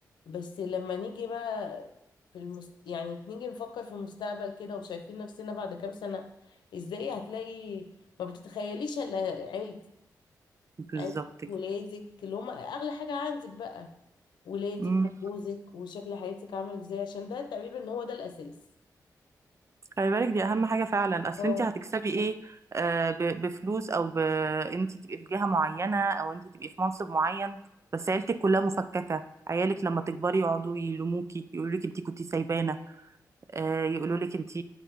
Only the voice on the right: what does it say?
بالظبط
كده
مم.
خلي بالك دي اهم حاجة فعلا اصل
انت هتكسبي ايه آه، ب- بفلوس او ب... انت تبقي في جهة معينة او انت تبقي في منصب معين بس عيلتك كلها مفككة عيالك لما تكبري يقعدوا يلوموكي يقولوا لك انت كنتي سايبانا آه، يقولوا لك انت